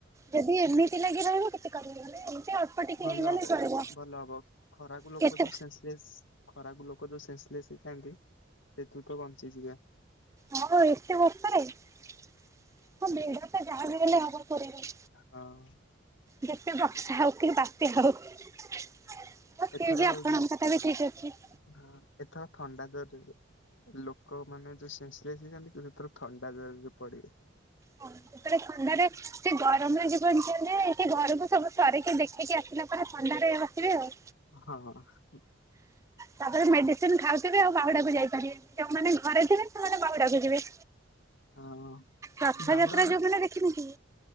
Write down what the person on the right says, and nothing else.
ଯଦି ଏମିତି ଲାଗି ରହିବ ମାନଲେ ଏମିତି ଟିକେ
ହେଇଗଲେ
ଚଳିବ।
କେତେ
ହଁ ଏତେ ବଷାରେ ହଁ ବେ ତ ଯାହା ବି ହେଲେ ହବ କରିବ
ଯେତେ ବର୍ଷା ହଉ କି ବାତ୍ୟା ହଉ। ହଁ
ସିଏ ବି ଆପଣଙ୍କ
କଥା ବି ଠିକ୍ ଅଛି।
ହଁ ଯେତେବେଳେ ଥଣ୍ଡାରେ ସେ ଗରମରେ ଜୀବନ ଚାଲିଯାଏ କି ଘରକୁ ସବୁ ସରିକି ଦେଖେଇିକି ଆସିଲା ଥଣ୍ଡାରେ ଆସିବେ ଆଉ।
ତାପରେ ମେଡିସିନ ଖାଉଥିବେ ଆଉ ବାହୁଡାକୁ ଯାଇପାରିବେ, ଯୋଉମାନେ ଘରେ ଥିବେ ସେମାନେ ବାହୁଡାକୁ ଯିବେ।
ରଥଯାତ୍ରା
ଯୋଉମାନେ ଦେଖିନି କି?